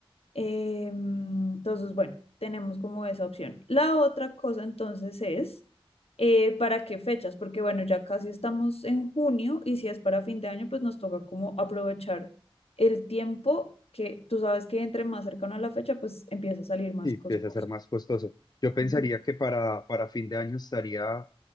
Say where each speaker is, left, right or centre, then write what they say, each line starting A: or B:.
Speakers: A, on the left (about 80°); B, on the left (about 45°).
A: Em, entonces, bueno, tenemos como esa opción. La otra cosa entonces es, eh, ¿para qué fechas? Porque bueno, ya casi estamos en junio y si es para fin de año, pues nos toca como aprovechar el tiempo que tú sabes que entre más cercano a la fecha, pues empieza a salir más
B: Sí, empieza
A: costoso.
B: a ser más costoso. Yo pensaría
A: Ujú.
B: que para, para fin de año estaría